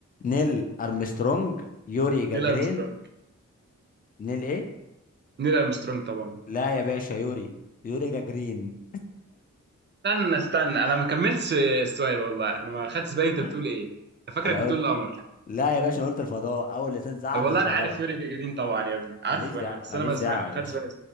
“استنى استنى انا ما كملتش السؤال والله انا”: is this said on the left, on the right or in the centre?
Right